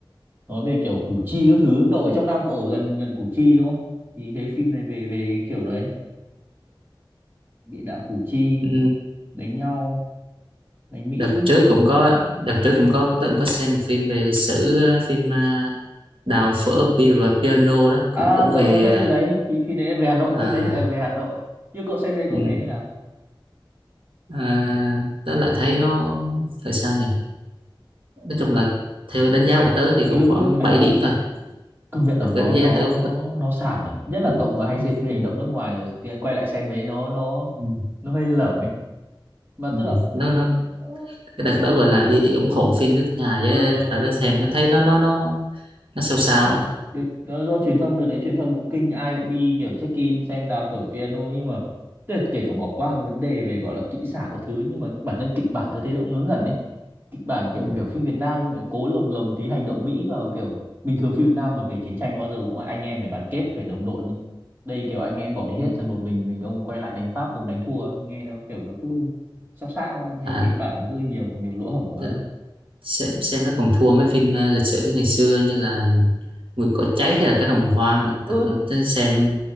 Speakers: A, on the right; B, on the right.
A: nói về kiểu Củ Chi các thứ cậu ở trong Nam cậu ở gần gần Củ Chi đúng không thì thế phim này về về cái kiểu đấy địa đạo Củ Chi
B: ừ,
A: đánh nhau đánh Mỹ
B: đợt trước cũng có đợt trước cũng có tôi cũng có xem một phim về lịch sử ờ, phim à, đào phở pi- và piano đó
A: À,
B: cũng cũng
A: tớ
B: về
A: cũng có xem phim đấy, thì phim đấy lại về Hà Nội,
B: ờ, à,
A: phim đấy thì lại về Hà Nội. như cậu xem về
B: ừ,
A: cậu thấy như nào?
B: à, tớ lại thấy nó là sao nhỉ nói chung là theo đánh giá của tớ thì
A: ừ
B: cũng khoảng
A: cứ thoải
B: 7
A: mái
B: điểm thôi
A: công nhận
B: Cái
A: là nó
B: đánh giá
A: nó
B: tớ
A: nó nó xàm nhỉ nhất là
B: ừ,
A: cậu mà hay xem phim
B: ừ,
A: hành động nước ngoài rồi thì quay lại xem ấy nó nó
B: ừ,
A: nó hơi lởm ấy Mà
B: ừ.
A: tức là
B: nó nó
A: ờ,
B: cái đợt đó gọi là đi đi ủng hộ phim nước nhà
A: ờ,
B: chứ thật ra tới xem nó thấy nó nó nó nó sao sao á
A: Được, do, do truyền thông đợt đấy truyền thông cũng kinh ai cũng đi kiểu check in xem đào phở piano nhưng mà tức là kể cả bỏ qua cái vấn đề về gọi là kỹ xảo có thứ nhưng mà bản thân kịch bản tôi thấy nó cũng ngớ ngẩn ấy kịch bản kiểu
B: ừ,
A: kiểu phim Việt Nam nhưng mà lại cố lồng lồng tí hành động Mỹ vào kiểu bình thường phim Việt Nam mà về chiến tranh bao giờ cũng là anh em phải đoàn kết phải đồng đội nhỉ. đây kiểu anh em bỏ đi hết
B: ừ.
A: rồi một mình mình ông quay lại đánh Pháp ông đánh thua ấy. nghe nó kiểu nó cứ sao sao nghe
B: à,
A: kịch bản nó cứ nhiều nhiều lỗ hổng quá
B: t- xem xem nó còn thua mấy phim ờ, lịch sử ngày xưa như là Mùi cỏ cháy hay là cái đồng hoang nữa.
A: ừ,
B: Thật ra tới xem